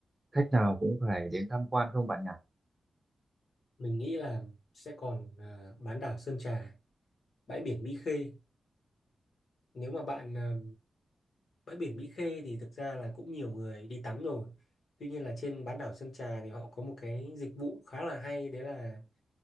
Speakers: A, on the right; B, on the left.
A: khách nào cũng phải đến tham quan không bạn nhỉ?
B: mình nghĩ là sẽ còn ờ, bán đảo Sơn Trà bãi biển Mỹ Khê nếu mà bạn à, bãi biển Mỹ Khê thì thực ra là cũng nhiều người đi tắm rồi. Tuy nhiên là trên bán đảo Sơn Trà thì họ có một cái dịch vụ khá là hay đấy là